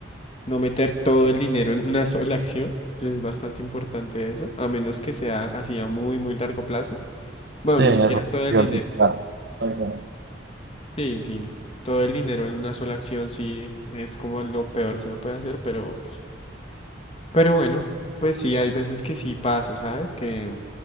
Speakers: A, on the left; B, on the right.
A: no meter todo el dinero en una <laughs> sola acción. Es bastante importante eso, a menos que sea así a muy, muy largo plazo. Bueno,
B: Sí,
A: ni siquiera
B: eso,
A: todo el
B: diversificar.
A: dinero.
B: Tal cual.
A: Sí, sí, todo el dinero en una sola acción sí es como lo peor que uno puede hacer, pero, pero bueno, pues sí, hay veces que sí pasa, ¿sabes? Que,